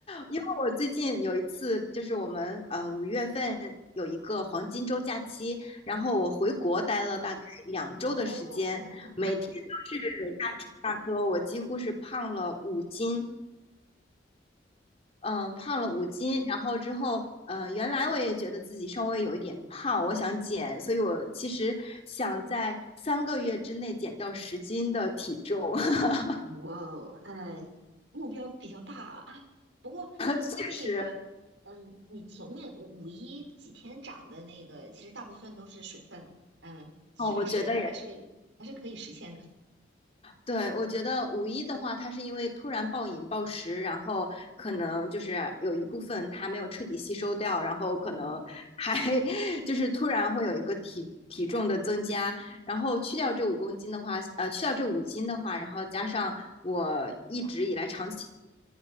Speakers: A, on the left (about 35°); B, on the right (about 85°).
A: 因为我最近有一次，就是我们呃五月份有一个黄金周假期，然后我回国待了大概两周的时间，
B: 嗯，哦，
A: 每天都是大吃大喝，我几乎是胖了五斤，嗯，胖了五斤，然后之后，嗯，原来我也觉得自己稍微有一点胖，我想减，所以我其实想在三个月之内减掉十斤的体重。<laughs>
B: 哇哦，呃，目标比较大啊。不过，不过那个，
A: 确实，
B: 嗯，你前面五五一几天涨的那个，其实大部分都是水分了。嗯，其实还是还是还是可以实现的。
A: 哦，我觉得也对，我觉得五一的话，它是因为突然暴饮暴食，然后可能就是有一部分它没有彻底吸收掉，然后可能还
B: 嗯，
A: <laughs> 就是突然会有一个体体重的增加，然后去掉这五公斤的话，呃，去掉这五斤的话，然后加上我一直以来长期